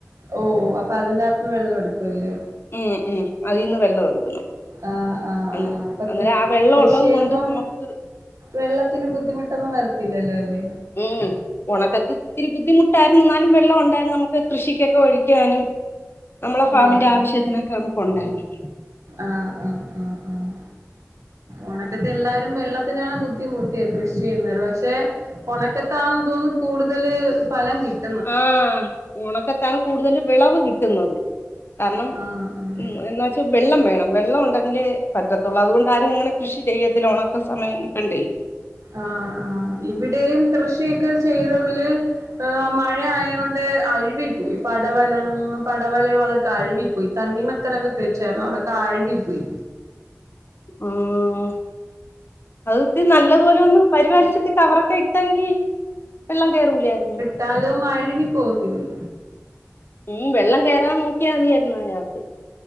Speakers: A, on the right; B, on the left.
A: ഓ. അപ്പൊ അതിന്റെ അകത്തുന്ന് വെള്ള എടുക്കു അല്ലെ..
B: ഉം ഉം അതിൽന്ന് വെള്ളം എടുക്കുന്നു
A: ആഹ് ആഹ്
B: അന്ന്
A: ആഹ് അപ്പൊ
B: അന്നേരം
A: കൃ
B: ആ വെള്ളം
A: കൃഷി
B: ഉള്ളത്
A: ചെയ്യുമ്പം.
B: കൊണ്ട് നമുക്ക്
A: വെള്ളത്തിന് ബുദ്ധിമുട്ടൊന്നും വരത്തില്ലല്ലോ അല്ലേ
B: ഉം ഒണക്കത്ത് ഇത്തിരി ബുദ്ധിമുട്ടായിര്ന്നു എന്നാലും വെള്ളോണ്ടായിരുന്നു നമുക്ക് കൃഷിക്കൊക്കെ ഒഴിക്കാനും. നമ്മളെ ഫാമിന്റെ
A: ആഹ്
B: ആവശ്യത്തിനൊക്കെ നമുക്ക് ഉണ്ടാര്ന്നു
A: ആഹ് ആഹ് ആഹ് ഒണക്കത്തെ എല്ലാരും വെള്ള ത്തിനാണ് ബുദ്ധിമുട്ടിയെ കൃഷി ചെയ്യുന്നത് പഷേ ഒണക്കത്താണ് തൊന്നുന്നു കൂടുതല് ഫലം കിട്ട്
B: ആഹ് ഒണക്കത്താണ് കൂടുതൽ വെളവ് കിട്ടുന്നത് കരണം
A: ആഹ് ആഹ്
B: ഉം എന്ന് വച്ച് വെള്ളം വേണം വെള്ളം ഉണ്ടെങ്കിലെ പറ്റത്തുള്ളൂ അതോണ്ടാരും അങ്ങനെ കൃഷി ചെയ്യതില്ല ഒണക്ക സമയം അയോണ്ടെ
A: ആഹ് ആഹ് ഇവിടെയും കൃഷിയൊക്കെ ചെയ്തതില് ആഹ് മഴയയൊണ്ട് അഴിവിപ്പോയി പടവലം പടവലയൊക്കെ അഴ് വിപ്പോയി തണ്ണിമത്തനൊക്കെ കിളിച്ചായിരുന്നു അതൊക്കെ ആഴിവിപോയി..
B: ആഹ് അത് തി നല്ലപോലെന്ന് പരിപാലിച്ചിട്ട് കവറൊക്കെ ഇട്ടെങ്കി വെള്ളം കേറൂലായിര്ന്നു.
A: ട്ടാലും അഴ് വിപോവത്തില്ലേ..
B: ഉം വെള്ളം കെറാൻ നോക്കിയാ മതിയര്ന്നു അയിനകത്ത്..